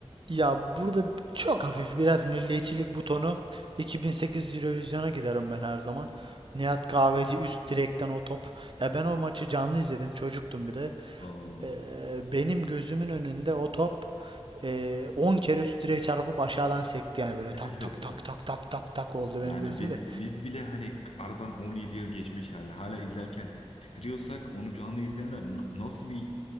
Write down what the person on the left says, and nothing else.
Oo,
<laughs>
evet.
Yani
biz biz bile hani aradan 17 yıl geçmiş hala hala izlerken titriyorsak onu canlı izleyenler na- nasıl bir